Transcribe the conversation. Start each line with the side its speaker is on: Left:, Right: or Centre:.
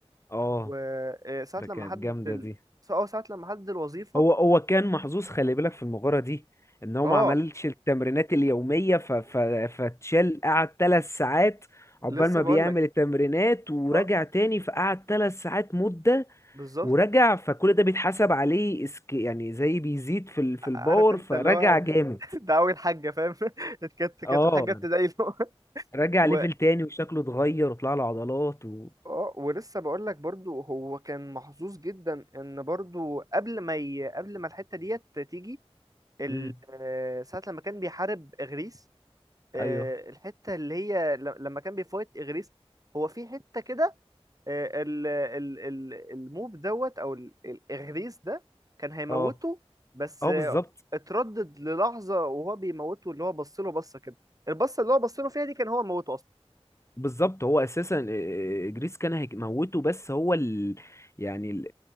Left: اه
Right: وساعه
Left: ده
Right: لما
Left: كانت
Right: حدد
Left: جامدة
Right: ال...
Left: دي
Right: اه ساعه لما حدد الوظيفه
Left: هو هو كان محظوظ خلي بالك في المغارة دي ان هو
Right: اه
Left: ما عملش التمرينات اليومية ف... ف... فتشال قعد ثلاث ساعات عقبال
Right: لسه
Left: ما
Right: بقول
Left: بيعمل
Right: لك
Left: التمرينات ورجع
Right: اه
Left: تاني فقعد ثلاث ساعات مدة
Right: بالظبط
Left: ورجع فكل ده بيتحسب عليه اسك... يعني زي بيزيد في ال... في الباور
Right: عارف انت
Left: فرجع
Right: اللي هو
Left: جامد
Right: <laughs> ده اول حاجه فاهم <laughs> كانت كانت
Left: اه
Right: الحاجه ابتدائي <laughs> له.
Left: رجع
Right: و...
Left: ليفل تاني وشكله اتغير وطلع له عضلات و
Right: اه ولسه بقول لك برضو هو كان محظوظ جدا ان برضو قبل ما ي... قبل ما الحته ديت تيجي ال-
Left: مم.
Right: آه، ساعة لما كان بيحارب إغريس آه،
Left: ايوه
Right: الحتة اللي هي ل- لما كان بيفايت إغريس هو في حتة كده آه، ال- ال- ال- الموب دوت أو ال- الإغريس ده كان هيموته
Left: اه
Right: بس
Left: اه
Right: آه،
Left: بالظبط
Right: اتردد للحظة وهو بيموته اللي هو بص له بصة كده البصة اللي هو بص له فيها دي كان هو موته أصلا
Left: بالظبط هو اساسا آه، آه، جريس كان هيموته بس هو ال... يعني ال...